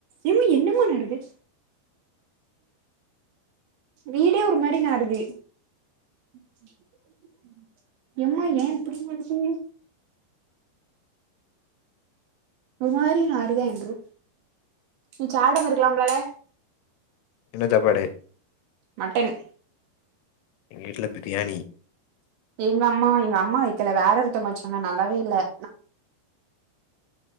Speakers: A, on the right; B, on the left.
A: என்ன என்னமா நடக்குது வீடே ஒரு மாடி நாடுது <inaudible> என்ம்மா ஏன் இப்புடி இருக்கு ஒரு மாரி நாறுதான் என்று நீ சாப்டாம இருக்கலாம்லால
B: என்ன சாப்பாடு
A: மட்டன்
B: எங்க வீட்ல பிரியாணி
A: எங்க அம்மா எங்க அம்மா வக்கல வேற ஒருத்தங்க வச்சாங்க நல்லாவே இல்ல